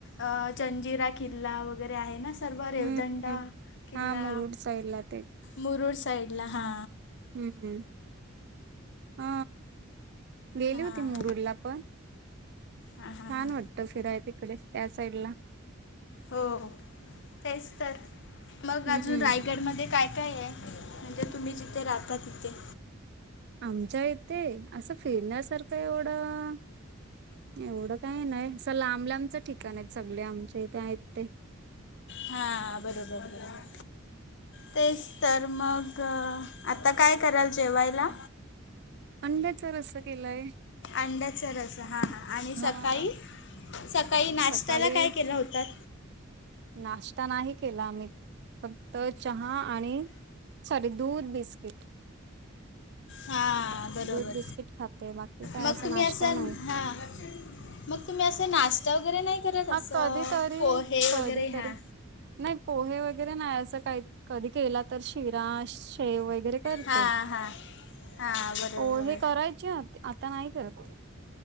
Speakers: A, on the left; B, on the right.
A: अ चंजिरा किल्ला वगैरे आहे ना सर्व रेवदंडा
B: हम्म
A: किल्ला
B: हा मुरुड साईड ला ते
A: मुरुर साईडला हा
B: हम्म अ गेले
A: हां.
B: होते मुरडला पण
A: हां, हां,
B: छान
A: हां.
B: वाटत फिराय तिकडे त्या साईड ला
A: हो तेच तर मग
B: हम्म.
A: अजून रायगडमध्ये काय काय आहे म्हणजे तुम्ही जिथे राहता तिथे
B: आमच्या इथे असं फिरण्यासारखं एवढं एवढं काही नाही असं लांब लांबचं ठिकाण आहेत सगळे आमचे इथे आहेत ते
A: हा बरोबर आहे तेच तर मग आता काय कराल जेवायला
B: अंड्याच रस केलाय
A: अंड्याचा रस हा हा आणि
B: हा.
A: सकाळी सकाळी नाश्त्याला
B: सकाळी
A: काय केलं होतात
B: नाश्ता नाही केलाम्ही फक्त चहा आणि सॉारी दूध बिस्किट
A: हां बरोबर
B: दूध बिस्किट खाते बाकी काय
A: मग
B: असा
A: तुम्ही
B: नाश्ता
A: असाल
B: नाही
A: हां मग तुम्ही असं नाश्ता वगैरे नाही करत
B: हा
A: असं
B: कधी तरी
A: पोहे
B: कधी
A: वगैरे
B: तरी
A: ह्या
B: नाही पोहे वगैरे नाही असं काही कधी केला तर शिरा शेव वगैरे करते
A: हा हा हां बर
B: पोहे
A: बर
B: करायचे आता नाही करत